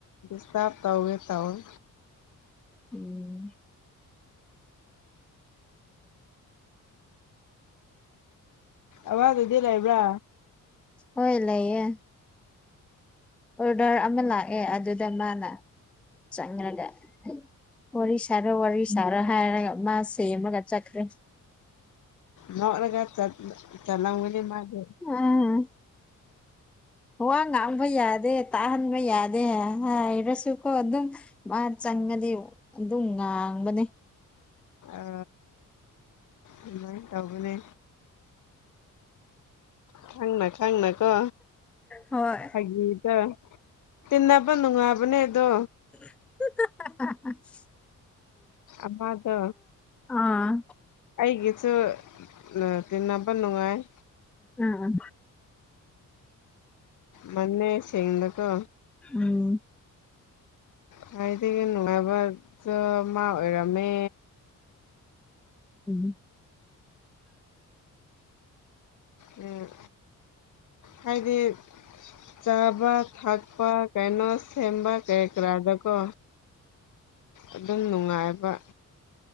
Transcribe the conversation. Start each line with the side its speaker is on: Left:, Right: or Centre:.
Left: ꯁꯇꯥꯥꯞ ꯇꯧꯋꯦ ꯇꯧꯏ
Centre: ꯎꯝ
Left: ꯑꯃꯗꯨꯗꯤ ꯂꯩꯕ꯭ꯔꯥ
Centre: ꯍꯣꯏ ꯂꯩꯌꯦ ꯑꯣꯔꯗꯔ ꯑꯃ ꯂꯥꯛꯑꯦ ꯑꯗꯨꯗ ꯃꯥꯅ ꯆꯪꯉꯒ ꯋꯥꯔꯤ ꯁꯥꯔꯣ ꯋꯥꯔꯤ ꯁꯥꯔꯣ ꯍꯥꯏꯔꯒ ꯃꯥ ꯁꯦꯝꯃꯒ ꯆꯠꯈ꯭ꯔꯦ
Left: ꯅꯣꯛꯂꯒ ꯆ ꯆꯂꯥꯝꯒꯅꯤ ꯃꯥꯗꯤ
Centre: ꯎꯝ ꯋꯥ ꯉꯥꯡꯕ ꯌꯥꯗꯦ ꯇꯥꯍꯟꯕ ꯌꯥꯗꯦ ꯍꯥꯏꯔꯁꯨꯀꯣ ꯑꯗꯨꯝ ꯃꯥ ꯆꯪꯒꯗꯤ ꯑꯗꯨꯝ ꯉꯥꯡꯕꯅꯦ
Left: ꯑ ꯑꯗꯨꯃꯥꯏ ꯇꯧꯒꯅꯤ ꯈꯪꯅ ꯈꯪꯅ ꯀꯣ
Centre: ꯍꯣꯏ
Left: ꯐꯥꯒꯤꯗꯣ ꯇꯤꯟꯅꯕ ꯅꯨꯡꯉꯥꯏꯕꯅꯦ ꯑꯗꯣ
Centre: <inaudible>
Left: ꯑꯃꯗꯣ
Centre: ꯑꯥ
Left: ꯑꯩꯒꯤꯁꯨ ꯑ ꯇꯤꯟꯅꯕ ꯅꯨꯡꯉꯥꯏ
Centre: ꯑ ꯑ
Left: ꯃꯅꯦ ꯁꯤꯡꯗꯀꯣ
Centre: ꯎꯝ
Left: ꯈꯋꯥꯏꯗꯒꯤ ꯅꯨꯡꯉꯥꯏꯕꯗꯣ ꯃꯥ ꯑꯣꯏꯔꯝꯃꯦ
Centre: <inaudible>
Left: ꯎꯝ ꯍꯥꯏꯗꯤ ꯆꯥꯕ ꯊꯛꯄ ꯀꯩꯅꯣ ꯁꯦꯝꯕ ꯀꯔꯤ ꯀꯔꯥꯗꯀꯣ ꯑꯗꯨꯝ ꯅꯨꯡꯉꯥꯏꯕ